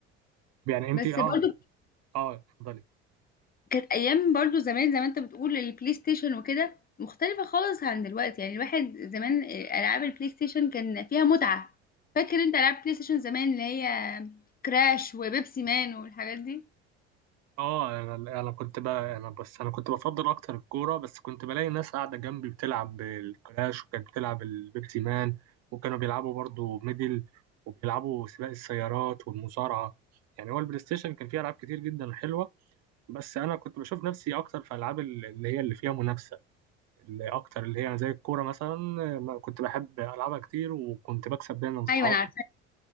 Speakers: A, on the right; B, on the left.
A: يعني أنت
B: بس
A: أه
B: برضو
A: أه اتفضلي
B: كانت ايام برضو زمان زي ما انت بتقول البلاي ستيشن وكده مختلفة خالص عن دلوقتي يعني الواحد زمان آه، العاب البلاي ستيشن كان فيها متعة فاكر انت العاب بلاي ستيشن زمان اللي هي كراش وبيبسي مان والحاجات دي
A: اه انا انا كنت بقى انا بس انا كنت بفضل اكتر الكوره بس كنت بلاقي ناس قاعده جنبي بتلعب الكراش وكانت بتلعب البيبسي مان وكانوا بيلعبوا برضو ميدل وبيلعبوا سباق السيارات والمصارعه يعني هو البلاي ستيشن كان فيه العاب كتير جدا حلوه بس انا كنت بشوف نفسي اكتر في العاب اللي هي اللي فيها منافسه اللي اكتر اللي هي زي الكوره مثلا ما كنت بحب العبها كتير وكنت بكسب دايما صحابي
B: ايوه انا عارفه